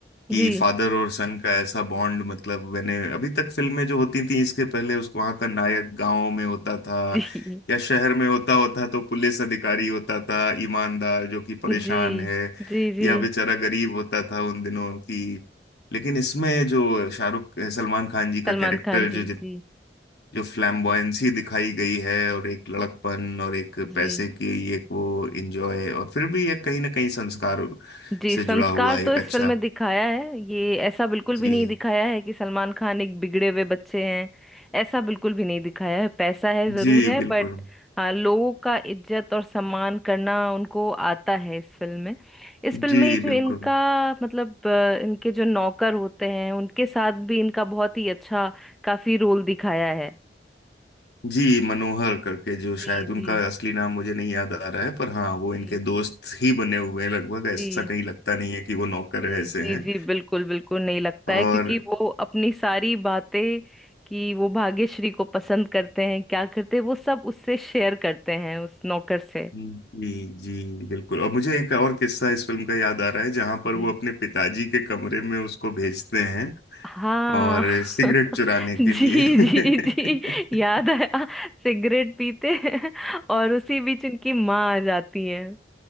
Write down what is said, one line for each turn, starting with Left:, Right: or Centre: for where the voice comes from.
Left: कि
Centre: जी
Left: फादर और सन का ऐसा बॉन्ड मतलब मैंने अभी तक फिल्में जो होती थी इसके पहले उस वहाँ का नायक गांव में होता
Centre: <laughs>
Left: था
Centre: जी
Left: या शहर में होता होता तो पुलिस अधिकारी होता था ईमानदार जो कि परेशान
Centre: जी
Left: है
Centre: जी जी
Left: या बेचारा गरीब होता था उन दिनों की लेकिन इसमें जो शाहरुख सलमान खान जी का
Centre: सलमान
Left: कैरेक्टर
Centre: खान जी
Left: जो जितना
Centre: जी
Left: जो फ्लैम्बॉयंसी दिखाई गई है और एक लड़कपन और एक
Centre: जी
Left: पैसे की ये वो इंजॉय और फिर भी ये कहीं ना कहीं संस्कार
Centre: जी
Left: से
Centre: संस्कार
Left: जुड़ा हुआ एक
Centre: तो इस
Left: अच्छा
Centre: फिल्म में दिखाया है ये ऐसा बिल्कुल
Left: जी
Centre: भी नहीं दिखाया है कि सलमान खान एक बिगड़े हुए बच्चे हैं ऐसा बिल्कुल भी नहीं दिखाया है पैसा है जरूर
Left: जी
Centre: है
Left: बिल्कुल
Centre: बट हाँ लोगों का इज्जत और सम्मान करना उनको आता है इस फिल्म में इस फिल्म
Left: जी
Centre: में ही जो
Left: बिल्कुल
Centre: इनका मतलब अ, इनके जो नौकर होते हैं उनके साथ भी इनका बहुत ही अच्छा काफी रोल दिखाया है
Left: जी मनोहर करके जो
Centre: जी
Left: शायद उनका
Centre: जी
Left: असली नाम मुझे नहीं याद आ रहा है पर हाँ वो
Centre: जी
Left: इनके दोस्त ही बने हुए हैं लगभग
Centre: जी
Left: ऐसा कहीं लगता नहीं है कि वो नौकर
Centre: जी
Left: ऐसे
Centre: जी
Left: हैं
Centre: जी बिल्कुल बिल्कुल नहीं लगता
Left: और
Centre: है क्योंकि वो अपनी सारी बातें कि वो भाग्यश्री को पसंद करते हैं क्या करते हैं वो सब उससे शेयर करते हैं उस नौकर से
Left: जी जी बिल्कुल और मुझे एक और किस्सा इस फिल्म का याद आ रहा है जहाँ पर
Centre: जी
Left: वो अपने पिताजी के कमरे में उसको भेजते हैं
Centre: हाँ
Left: और सिगरेट
Centre: <laughs>
Left: चुराने
Centre: जी
Left: के लिए <laughs>
Centre: जी जी याद आया सिगरेट पीते हैं और उसी बीच उनकी माँ आ जाती है